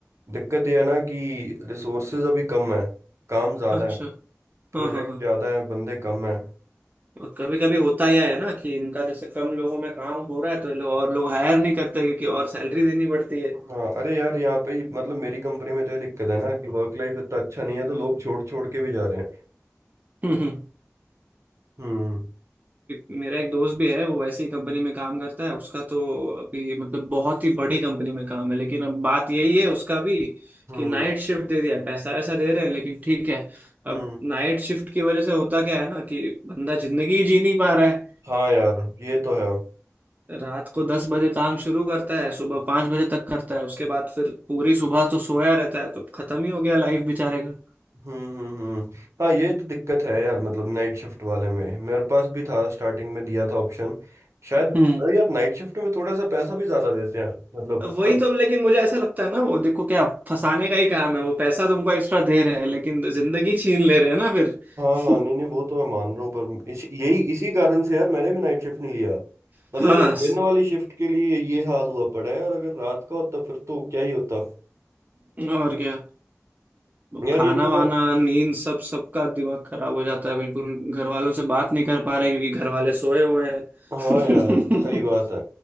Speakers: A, on the right; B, on the right.
A: दिक्कत ये है ना कि रिसोर्सेज अभी कम है काम ज़्यादा
B: अच्छा
A: है प्रोजेक्ट
B: हाँ हाँ हाँ
A: ज़्यादा है बंदे कम है
B: और कभी कभी होता यह है ना कि इनका जैसे कम लोगों में काम हो रहा है तो ये लोग और लोग हायर नहीं करते क्योंकि और सैलरी देनी पड़ती है
A: हाँ अरे यार यहाँ पे ही- मतलब मेरी कंपनी में तो ये दिक्कत है ना कि वर्क लाइफ इतना अच्छा नहीं है तो लोग छोड़ छोड़ के भी जा रहे हैं
B: हम्म हम्म
A: हम्म
B: मेरा एक दोस्त भी है वो वैसे ही कंपनी में काम करता है उसका तो अभी मतलब बहुत ही बड़ी कंपनी में काम है लेकिन अब बात यही है उसका भी
A: हम्म
B: कि नाइट शिफ्ट दे दिया है पैसा वैसा दे रहे हैं लेकिन ठीक है अब
A: हम्म
B: नाइट शिफ्ट की वजह से होता क्या है ना कि बंदा जिंदगी ही जी नहीं पा रहा है
A: हाँ यार ये तो है
B: रात को दस बजे काम शुरू करता है सुबह पाँच बजे तक करता है उसके बाद फिर पूरी सुबह तो सोया रहता है तो खत्म ही हो गया लाइफ बेचारे का
A: हम्म हम्म हम्म। हाँ ये तो दिक्कत है यार मतलब नाइट शिफ्ट वाले में मेरे पास भी था स्टार्टिंग में दिया था ऑप्शन शायद
B: हम्म
A: अरे यार नाइट शिफ्ट में थोड़ा सा पैसा भी ज्यादा देते हैं मतलब
B: वही
A: कम
B: तो लेकिन मुझे ऐसा लगता है ना वो देखो क्या फंसाने का ही काम है वो पैसा तुमको एक्स्ट्रा दे रहे हैं लेकिन जिंदगी छीन ले रहे हैं ना फिर
A: हाँ हाँ
B: <laughs>
A: नहीं नहीं वो तो मैं मान रहा हूँ पर इस, यही इसी कारण से यार मैंने भी नाइट शिफ्ट नहीं लिया
B: हाँ
A: मतलब ये दिन वाली शिफ्ट के लिए ये हाल हुआ पड़ा है और अगर रात का होता फिर तो क्या ही होता
B: और क्या
A: यार
B: खाना
A: ये थोड़ा
B: वाना नींद सब सबका दिमाग खराब हो जाता है बिल्कुल घर वालों से बात नहीं कर पा रहे क्योंकि घर वाले सोए हुए हैं <laughs>
A: हाँ
B: हम्म,
A: यार सही बात है